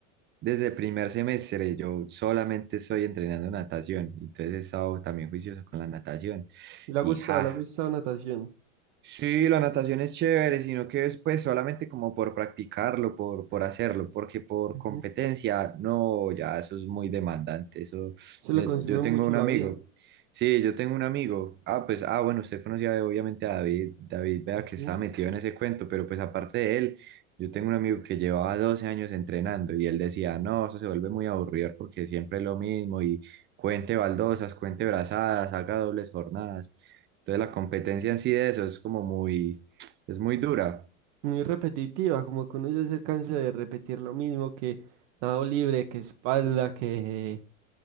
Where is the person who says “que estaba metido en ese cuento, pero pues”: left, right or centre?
Right